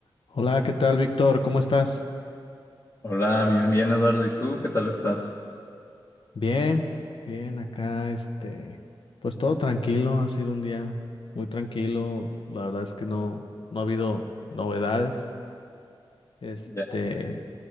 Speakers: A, on the left; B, on the left.
A: Hola, ¿qué tal, Víctor? ¿Cómo estás?
B: Hola, bien, bien, Eduardo. ¿Y tú? ¿Qué tal estás?
A: Bien, bien, acá, este, pues todo tranquilo, ha sido un día muy tranquilo, la verdad es que no, no ha habido novedades. Este,
B: Ya.